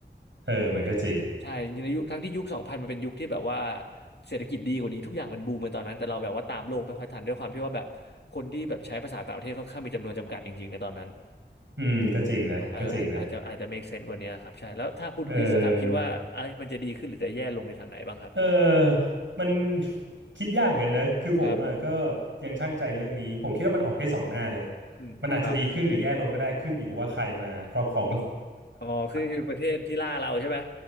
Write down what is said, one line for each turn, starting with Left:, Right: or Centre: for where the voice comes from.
Right: เออมันก็จริง
Left: ใช่ในยุคทั้งที่ยุคสองพันมันเป็นยุคที่แบบว่าเศรษฐกิจดีกว่านี้ทุกอย่างมันบูมในตอนนั้นแต่เราแบบว่าตามโลกไม่ค่อยทันด้วยความที่ว่าแบบคนที่แบบใช้ภาษาต่างประเทศค่อนข้างมีจำนวนจำกัดจริงๆในตอนนั้น
Right: อืมก็จริงนะก็จริงนะ
Left: มันเอออาจอาจจะอาจจะ make sense กว่านี้ครับใช่แล้วถ้าคุณคริสอะครับคิดว่าเอ้ยมันจะดีขึ้นหรือจะแย่ลงในทางไหนบ้างครับ
Right: เออเออมันคิดยากเหมือนกันนะคือผมอ่ะก็
Left: ครับ
Right: ยังชั่งใจเรื่องนี้ผมคิดว่ามันออกได้สองหน้าเลย
Left: อืมครับ
Right: มันอาจจะดีขึ้นหรือแย่ลงก็ได้ขึ้นอยู่กับว่าใครมาครอบครอง
Left: อ๋อคือประเทศที่ล่าเราใช่ไหม
Right: <laughs>